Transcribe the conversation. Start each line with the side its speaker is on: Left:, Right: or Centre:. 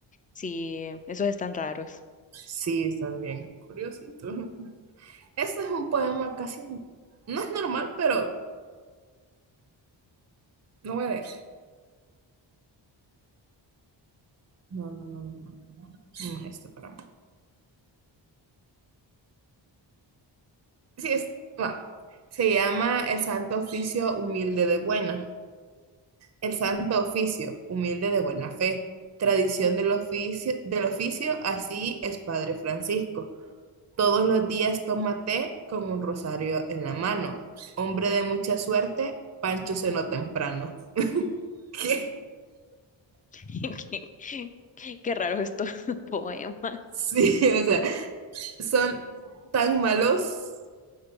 Left: Sí, esos están raros.
Right: Sí, están bien curiositos. <laughs> Este es un poema casi, no es normal, pero no voy a leer. No, no, no, no, no, no, no es este, pero... bueno. Sí, es, va. Se llama El Santo Oficio Humilde de Buena. El Santo Oficio Humilde de Buena Fe. Tradición del oficio, del oficio, así es Padre Francisco. Todos los días toma té con un rosario en la mano. Hombre de mucha suerte, Pancho cenó temprano. ¿Qué?
Left: <laughs> Qué, qué raros estos <laughs> poemas.
Right: Sí, <laughs> o sea, son tan malos,